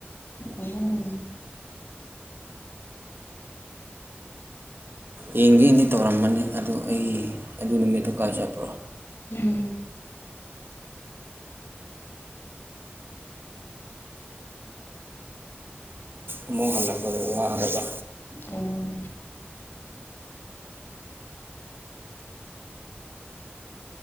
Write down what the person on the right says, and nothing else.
ꯌꯦꯡꯒꯦꯅꯤ ꯇꯧꯔꯝꯕꯅꯤ ꯑꯗꯨ ꯑꯩ ꯑꯗꯨ ꯅꯨꯃꯤꯠꯇꯨ ꯀꯥꯏ ꯆꯠꯄ꯭ꯔꯣ
ꯑꯃꯨꯛ ꯍꯜꯂꯛꯄꯗ ꯋꯥꯔꯕ